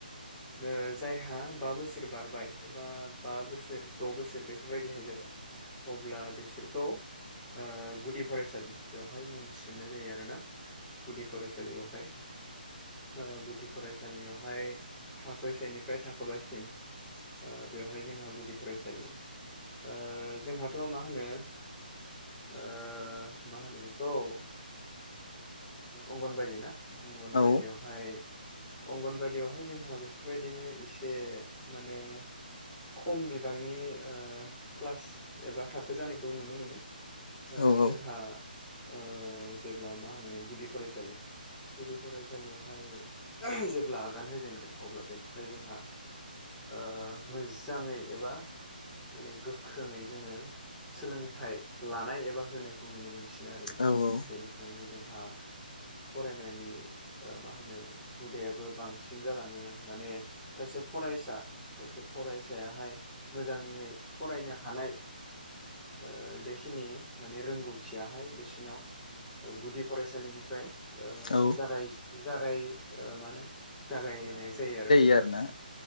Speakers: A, in the centre; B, on the left.
A: ओ जायहा बा बोसोर बारबाय बा बा बोसोर द बोसोर बेफोरबायदिहाय जाबाय। अब्ला बिसोरखौ ओ गुदि फरायसालि बेवहाय मुं थिसननाय जायो आरोना। गुदि फरायसालियावहाय ओ गुदि फरायसा। सालियावहाय थाखोसेनि। फ्राय थाखोबासिम ओ बेवहाय जोंहा गुदि फरायसालि। ओ जोंहाथ' मा होनो। ओ मा होनो बेखौ ओ अंगन बायदि ना। अंगनबादियावहाय
B: औ
A: अंगनबादियावहाय जोंहा बेफोरबायदिनो। इसे माने। खम बिबांनि ओ क्लास एबा थाखो जानायखौ नुनो मोनो। ओ
B: औ
A: जोंहा ओ जेब्ला मा होनो गुदि फरायसालि। गुदि फरायसालियावहाय जेब्ला आगान होजेनगोन अब्ला बेनिफ्राय जोंहा ओ मोजाङै एबा माने गोख्रोङै जोङो सोलोंथाइ लानाय एबा होनायखौ नुनो मोनसिनो आरोना।
B: औ
A: बेनिफ्रायनो जोंहा फरायनायनि ओ मा होनो हुदायाबो बांसिन जालाङो माने। सासे फरायसा सासे फरायसायाहाय मोजाङै फरायनो हानाय। ओ बेखिनि माने रोंगौथियाहाय बिसिनाव गुदि फरायसालिनिफ्राय ओ
B: औ
A: जागाय जागाय ओ मा होनो जागायनाय जायो आरो ना।
B: आरो ना